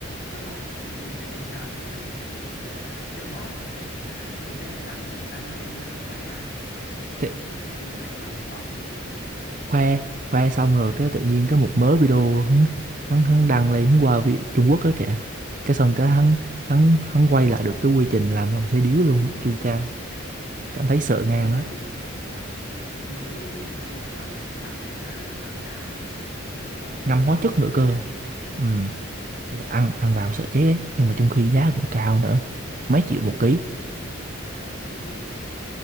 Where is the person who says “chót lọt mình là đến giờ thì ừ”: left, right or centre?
Left